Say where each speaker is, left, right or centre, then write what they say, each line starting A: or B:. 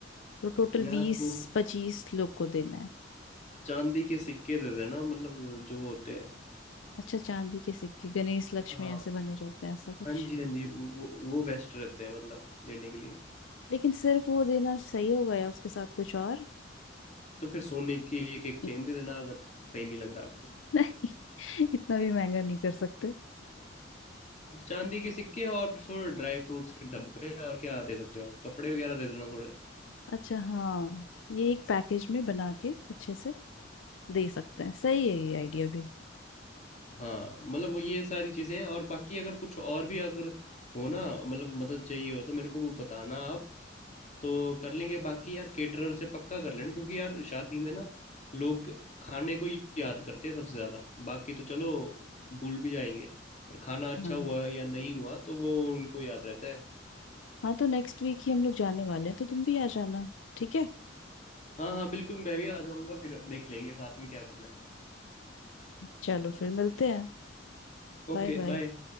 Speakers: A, on the left; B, on the left.
A: तो टोटल
B: यार
A: बीस
B: तो
A: पच्चीस लोग को देना है
B: चांदी के सिक्के दे देना मतलब जो होते हैं
A: अच्छा चांदी के सिक्के गणेश लक्ष्मी
B: हाँ
A: ऐसे बने रहते हैं ऐसा कुछ
B: हाँ जी हाँ जी वो वो बेस्ट रहते हैं मतलब देने के लिए
A: लेकिन सिर्फ वो देना सही होगा या उसके साथ कुछ और
B: तो फिर सोने की एक एक
A: <laughs>
B: चेन दे देना अगर सही नहीं लग रहा आपको
A: नहीं इतना भी महंगा नहीं कर सकते
B: तो चांदी के सिक्के और थोड़े ड्राई फ्रूट्स के डब्बे और क्या दे सकते हो आप कपड़े वगैरह दे देना थोड़े
A: अच्छा हाँ ये एक पैकेज में बना के अच्छे से दे सकते हैं सही है ये आइडिया भी
B: हाँ मतलब वो ये सारी चीजें हैं और बाकी अगर कुछ और भी अगर हो ना मतलब मदद चाहिए हो तो मेरे को वो बताना आप तो कर लेंगे बाकी यार केटरर से पक्का कर लेना क्योंकि यार शादी में ना लोग खाने को ही याद करते हैं सबसे ज्यादा बाकी तो चलो भूल भी जाएंगे पर खाना अच्छा
A: हाँ
B: हुआ या नहीं हुआ तो वो उनको याद रहता है
A: हाँ तो नेक्स्ट वीक ही हम लोग जाने वाले हैं तो तुम भी आ जाना ठीक है
B: हाँ हाँ बिल्कुल मैं भी आ जाऊंगा फिर देख लेंगे साथ में क्या करना है
A: चलो फिर मिलते हैं
B: Okay
A: Bye bye
B: bye